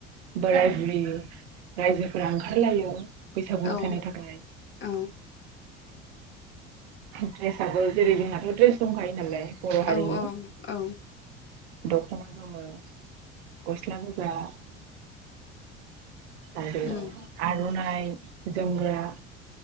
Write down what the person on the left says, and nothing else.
औ
औ
औ
औ
उम